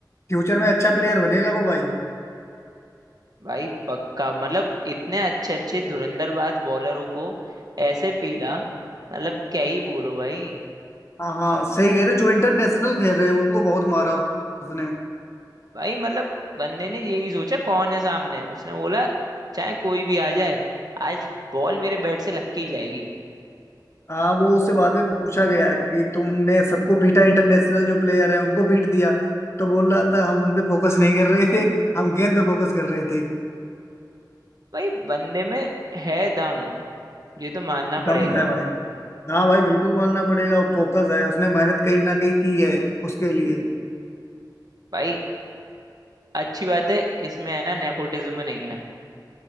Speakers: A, on the left; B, on the right.
A: फ्यूचर में अच्छा प्लेयर बनेगा वो भाई
B: भाई पक्का मतलब इतने अच्छे अच्छे धुरंधरबाज बॉलरों को ऐसे पेला मतलब क्या ही बोलो भाई
A: हाँ हाँ सही कह रहे हो, जो इंटरनेशनल खेल रहे हैं उनको बहुत मारा उसने
B: भाई मतलब बंदे ने ये नहीं सोचा कौन है सामने उसने बोला चाहे कोई भी आ जाए आज बॉल मेरे बैट से लग के ही जाएगी
A: हाँ वो उससे बाद में पूछा गया है कि तुमने सबको पीटा इंटरनेशनल जो प्लेयर है उनको पीट दिया तो बोल रहा था हम उन पे फोकस नहीं कर रहे थे हम गेंद पे फोकस कर रहे थे
B: भाई बंदे में है दम ये तो मानना
A: दम
B: पड़ेगा
A: है भाई हाँ भाई बिल्कुल मानना पड़ेगा फोकस है उसने मेहनत कहीं ना कहीं की है उसके लिए
B: भाई अच्छी बात है इसमें है ना नेपोटिज्म नहीं है